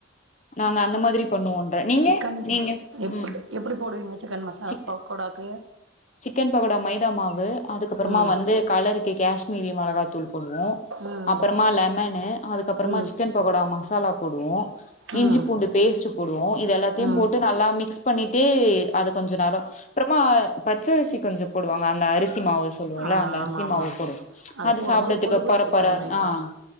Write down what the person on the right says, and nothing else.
சிக்கன்
எப்
எப்பிடி போடுவீங்க சிக்கன் மசாலா
பக்கோடாக்கு
ம்
ம்
ம்
ம்
ம்
ஆ
ஆமா ஆமா
ஆமா
ஆமா
போடும்போது
பொறுபொறுப்பு
தன்மை
வரும்